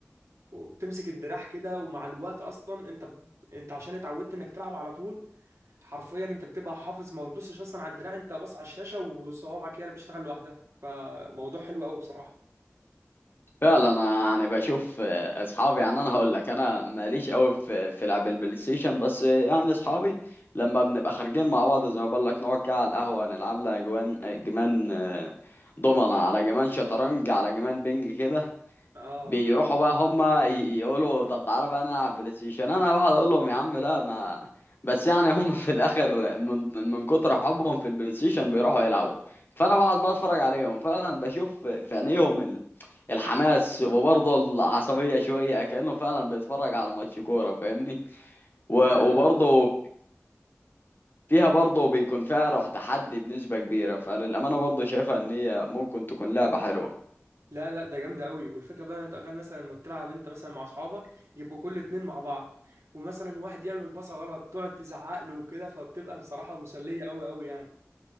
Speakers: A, on the right (about 80°); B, on the left (about 45°).
A: وبتمسك الدراع كده ومع الوقت اصلا انت انت عشان اتعودت انك تلعب على طول حرفيا انت بتبقى حافظ ما بتبصش اصلا على الدراع انت بص على الشاشة وصوابعك هي اللي بتشتغل لوحدها فموضوع حلو قوي بصراحة
B: فعلا انا يعني بشوف آه، اصحابي يعني انا هقول لك انا ماليش قوي في في لعب البلاي ستيشن بس آه، يعني اصحابي لما بنبقى خارجين مع بعض زي ما بقول لك نقعد كده على القهوه نلعب لها جوان آه، جمان آه، دومنه على جمان شطرنج على جمان بينج كده
A: اه
B: بيروحوا بقى هما ي- يقولوا طب تعالى بقى نلعب بلاي ستيشن انا بقعد اقول لهم يا عم لا ما بس يعني هم في الاخر من من كتر حبهم في البلاي ستيشن بيروحوا يلعبوا فانا بقعد بقى اتفرج عليهم فعلا بشوف في عينيهم ال- الحماس وبرضه العصبية شوية كأنه فعلا بيتفرج على ماتش كورة فاهمني و-
A: لا
B: وبرضه
A: لا
B: فيها برضه بيكون فيها روح تحدي بنسبة كبيرة فللأمانة برضه شايفها إن هي ممكن تكون لعبة حلوة
A: لا لا ده جامده قوي والفكره بقى تخيل مثلا انك تلعب انت مثلا مع اصحابك يبقوا كل اتنين مع بعض ومثلا واحد يعمل باصه غلط تقعد تزعق له وكده فبتبقى بصراحه مسليه قوي قوي يعني